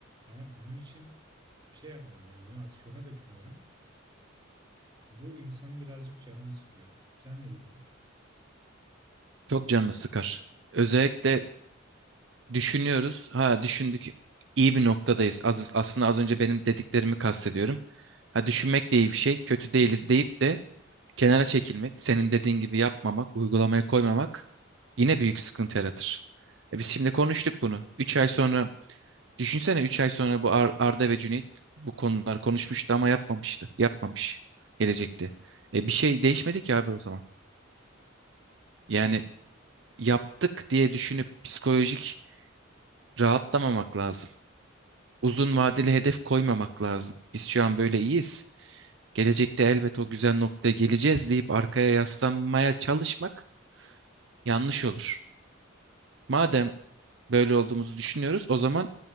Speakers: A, on the right; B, on the right.
A: Ama bunun için bir şey yapmıyorum yani bunu aksiyona dökmüyorum. Bu insanın birazcık canını sıkıyor. Sen ne diyorsun?
B: Çok canını sıkar. Özellikle düşünüyoruz. Ha düşündük. İyi bir noktadayız. Az, aslında az önce benim dediklerimi kastediyorum. Ha düşünmek de iyi bir şey. Kötü değiliz deyip de kenara çekilmek, senin dediğin gibi yapmamak, uygulamaya koymamak yine büyük sıkıntı yaratır. E biz şimdi konuştuk bunu. 3 ay sonra Düşünsene 3 ay sonra bu Ar- Arda ve Cüneyt bu konuları konuşmuştu ama yapmamıştı. Yapmamış gelecekte. E, bir şey değişmedi ki abi o zaman. Yani yaptık diye düşünüp psikolojik rahatlamamak lazım. Uzun vadeli hedef koymamak lazım. Biz şu an böyle iyiyiz. Gelecekte elbet o güzel noktaya geleceğiz deyip arkaya yaslanmaya çalışmak yanlış olur. Madem böyle olduğumuzu düşünüyoruz, o zaman